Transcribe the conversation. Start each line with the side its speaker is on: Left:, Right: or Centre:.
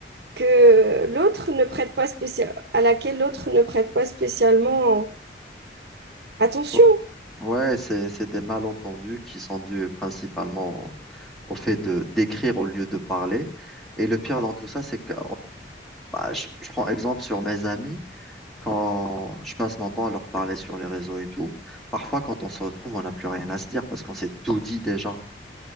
Right: que l'autre ne prête pas spécial, à laquelle l'autre ne prête pas spécialement attention.
Centre: Oh, ouais, c'est, c'est des malentendus qui sont dus principalement au fait de d'écrire au lieu de parler. Et le pire dans tout ça, c'est que je, je prends exemple sur mes amis. quand je passe mon temps à leur parler sur les réseaux et tout, parfois quand on se retrouve, on n'a plus rien à se dire parce qu'on s'est tout dit déjà.